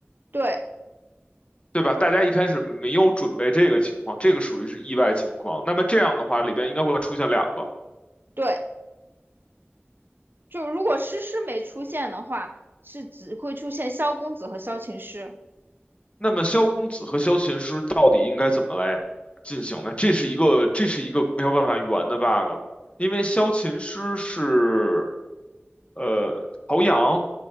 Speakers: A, on the right (about 55°); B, on the left (about 30°).
A: 对，
B: 对吧？大家一开始没有准备这个情况，这个属于是意外情况。那么这样的话，里边应该会出现两个。
A: 对，就如果诗诗没出现的话，是只会出现萧公子和萧晴师。
B: 那么萧公子和萧琴师到底应该怎么来进行呢？这是一个，这是一个没有办法圆的 bug，因为萧琴师是呃陶阳